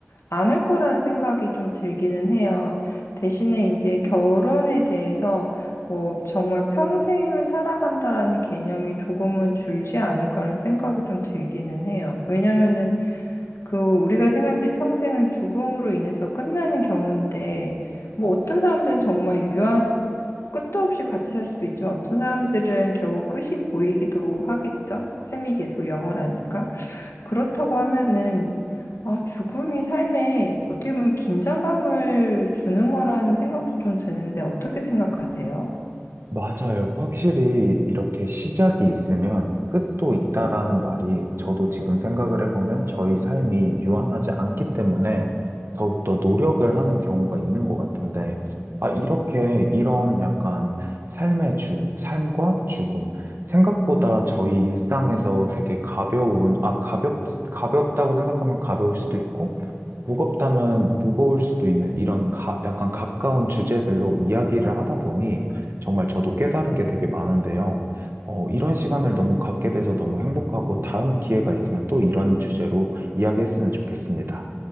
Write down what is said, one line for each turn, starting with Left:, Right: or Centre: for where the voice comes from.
Left: 않을 거라는 생각이 좀 들기는 해요. 대신에 이제 결혼에 대해서 뭐 정말 평생을 살아간다라는 개념이 조금은 줄지 않을까라는 생각이 좀 들기는 해요. 왜냐면은 그 우리가 생각할 때 평생은 죽음으로 인해서 끝나는 경우인데 뭐 어떤 사람들은 정말 유한 끝도 없이 같이 살 수도 있지만 어떤 사람들은 결국 끝이 보이기도 하겠죠. 삶이 계속 영원하니까. 그렇다고 하면은 아, 죽음이 삶에 어떻게 보면 긴장감을 주는 거라는 생각도 좀 드는데 어떻게 생각하세요?
Right: 맞아요. 확실히 이렇게 시작이 있으면 끝도 있다라는 말이 저도 지금 생각을 해보면 저희 삶이 유한하지 않기 때문에 더욱더 노력을 하는 경우가 있는 것 같은데, 아, 이렇게 이런 약간 삶의 죽, 삶과 죽음. 생각보다 저희 일상에서 되게 가벼운, 아, 가볍, 가볍다고 생각하면 가벼울 수도 있고, 무겁다면 무거울 수도 있는 이런 가, 약간 가까운 주제들로 이야기를 하다 보니, 정말 저도 깨달은 게 되게 많은데요. 어, 이런 시간을 너무 갖게 돼서 너무 행복하고 다음 기회가 있으면 또 이런 주제로 이야기했으면 좋겠습니다.